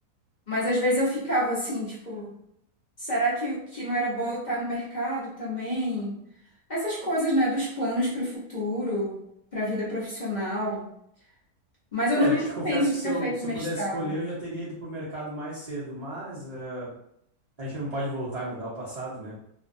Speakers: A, on the left (about 40°); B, on the right (about 80°).
A: mas às vezes eu ficava assim, tipo, será que, que não era bom eu estar no mercado também? Essas coisas, né, dos planos para o futuro, para a vida profissional. Mas eu
B: É,
A: não me
B: eu te
A: arrependo
B: confesso
A: de
B: que
A: ter
B: se eu,
A: feito
B: se
A: mestrado.
B: eu pudesse escolher, eu já teria ido pro mercado mais cedo, mas eh, a gente não pode voltar e mudar o passado, né?